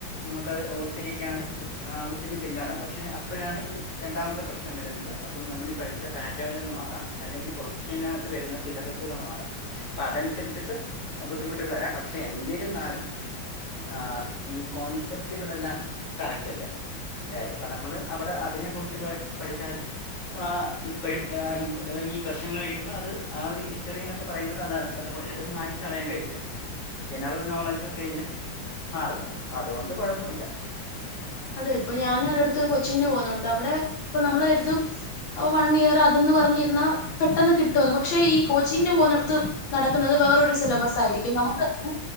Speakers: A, on the left (about 30°); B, on the left (about 70°).
A: നമുക്കത് ഓർത്തിരിക്കാനും ആ ബുദ്ധിമുട്ടില്ലാതാ പക്ഷെ അപ്പഴാണ് ഈ രണ്ടാമത്തെ പ്രശ്നം വരുന്നത് അപ്പം നമ്മളീ പഠിച്ച പാറ്റേണുകൾ മാറാം അല്ലെങ്കിൽ ക്വസ്ത്യനകത്ത് വരുന്ന സിലബ ബസ്സ്കൾ മാറ അപ്പൊ അതനുസരിച്ചിട്ട് ബുദ്ധിമുട്ടുകൾ വരാം പക്ഷെ എന്തിരുന്നാലും ആ ഈ കോൺസെപ്റ്റുകളളെല്ലാം കറക്റ്റല്ലേ? ഏ ഇപ്പൊ നമ്മള് അവിടെ അതിനെ കുറിച്ച് പ പഠിച്ചാലും ആ് ഇപ്പഴും ഈ വർഷങ്ങൾ കഴിയുമ്പോ അത് ആ ഒരു ഹിസ്റ്ററിന്നൊക്കെ പറയുന്നത് അതാണ് കഥ പൊ അത് മായിച്ച് കളയാൻ കഴിയില്ല ജനറൽ നോളജൊക്കെയിൽ മാറുന്നുണ്ട് അതുകൊണ്ട് കൊഴപ്പയില്ല
B: അതെ ഇപ്പൊ ഞാൻ ഒരിടുത്ത് കോച്ചിങ്ങിന് പോകുന്നുണ്ട് അവിടെ ഇപ്പ നമ്മൾ കരുതും വൺ ഇയർ അത് പറഞ്ഞിരുന്ന പെട്ടെന്ന് കിട്ടുവെന്ന് പക്ഷെ ഈ കോച്ചിങ്ങിന് പോവുന്നിടത്ത് നടക്കുന്നത് വേറൊരു സിലബസായിരിക്കും നമുക്ക്റ